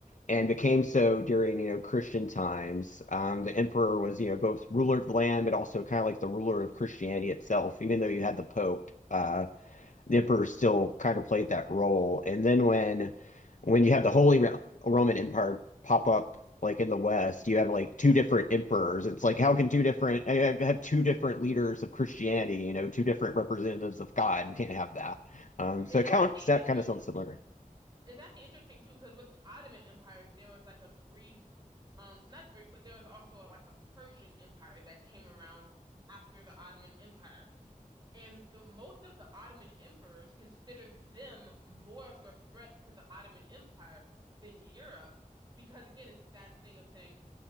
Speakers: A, on the left (about 60°); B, on the right (about 30°).
A: and became so during you know Christian times. Um, the emperor was you know both ruler of the land, but also kind of like the ruler of Christianity itself. Even though you had the Pope, uh, Nipper still kind of played that role. And then when when you have the Holy Ro- Roman Empire pop up like in the West, you have like two different emperors. It's like how can two different I have have two different leaders of Christianity, you know, two different representatives of God. You can't have that. Um, so
B: It's
A: it kind
B: actually
A: of, that
B: interesting.
A: kind of sounds similar.
B: It's actually interesting too, because with Ottoman Empire, there was like a brief, um, not brief, but there was also a, like a Persian Empire that came around after the Ottoman Empire. And the most of the Ottoman emperors considered them more of a threat to the Ottoman Empire than Europe, because again, it's that thing of saying